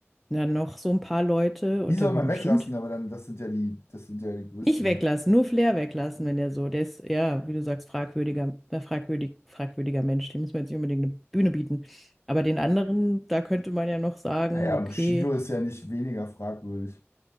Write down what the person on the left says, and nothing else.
Die soll
man weglassen,
aber dann, das sind ja die, das sind ja die größten.
Naja,
Bushido ist ja nicht weniger fragwürdig.